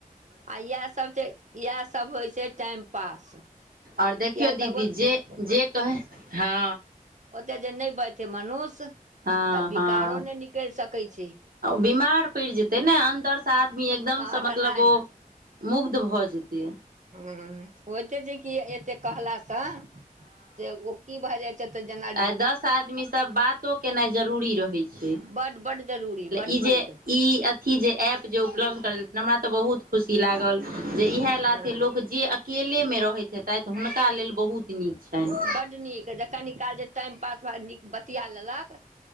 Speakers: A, on the right (about 55°); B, on the right (about 80°).
A: आ याह सभ छैय याह सभ होइ छै टाइम पास
B: आओर देखियौ
A: किएक
B: दीदी
A: तऽ ओ
B: जे जे कहो है
A: ओते जे नैय बजतेमनुष्य
B: हँ
A: तऽ विकारो
B: हँ
A: नैय निकैल सकैत छै
B: बीमार पैर जेतै ने अन्दरसँ आदमी एकदमसँ
A: हँ
B: मतलब
A: तऽ नहि
B: ओ मुग्ध भऽ जेतै
A: हूम होइते छै कि एते कहलाास से ओ की भए जाय चतऽ जेना च
B: आ इ दस आदमी सब बातो केनाइ जरूरी रहे छै
A: बड्ड बड्ड जरूरी बड्ड
B: ई जे
A: पैघ
B: ई अथी जे एप जे उपलब्ध भेलेई हमरा तऽ बहुत खुश इ लागल जे इएह लथे
A: हँ
B: लोक जे अकेलेमे रहैत हेतैथहुनका लेल बहुत नीक छनि
A: बड्ड नीक ज क निकाल जे टाइम पास भ न बतिया लेलक